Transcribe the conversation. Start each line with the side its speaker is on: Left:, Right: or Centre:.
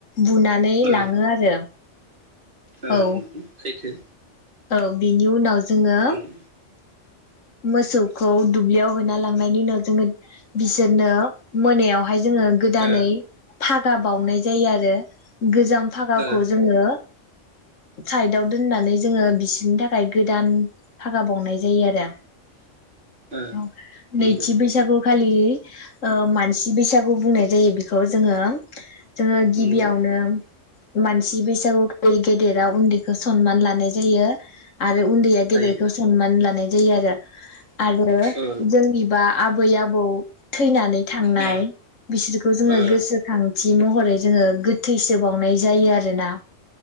Left: बुनानै
Right: ओ
Left: लाङो आरो।
Right: ओ
Left: औ
Right: नंगौ सैथो।
Left: औ बिनि उनाव। जोङो।
Right: उम
Left: मोसौखौ दुब्लियाव होना लांनायनि उनाव जोङो बिसोरनो मोनायाव। हाय जोङो गोदानै।
Right: ओ
Left: फागा बावनाय जायो आरो। गोजाम फागाखौ
Right: ओ
Left: जोङो। साइदाव दोननानै जोङो बिसोरनि थाखाय गोदान फागा बावनाय जायो आरो
Right: ओ
Left: औ
Right: नंगौ
Left: नैथि बैसागु खालि मानसि बैसागु बुंनाय जायो बेखौ जोङो जोङो गिबियावनो
Right: नंगौ
Left: मान सि बैसागु गेदेराव उन्दैखौ सनमान लानाय जायो आरो उन्दैया
Right: जायो
Left: गेदेरखौ सनमान लानाय जायो आरो आरो
Right: ओ
Left: जोंनिबा आबै आबौ थैनानै थांनाय
Right: ओ
Left: बिसोरखौ जोङो
Right: ओ
Left: गोसोखां थि महरै जोङो गोथैसोबावनाय जायो आरो ना